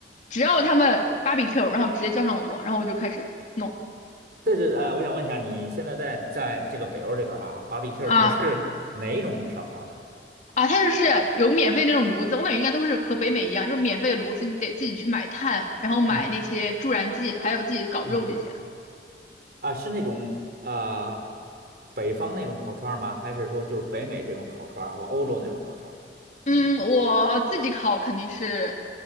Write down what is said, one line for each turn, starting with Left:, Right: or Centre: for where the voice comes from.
Left: 只要他们 barbecue，然后直接叫上我，然后我就开始弄
Right: 但是呃，我想问一下，你现在在在这个北欧这边儿啊，barbecue
Left: 啊
Right: 它是哪一种烧烤呢？
Left: 啊，它就是有免费那种炉子，我感觉应该都是和北美一样，就是免费的炉子，你得自己去买炭，然后买那些助燃剂，
Right: 嗯
Left: 还有自己搞肉这些。
Right: 嗯。啊，是那种呃北方那种烤串儿吗？还是说就是北美这种烤串儿或欧洲那种烤串儿
Left: 嗯，我自己烤肯定是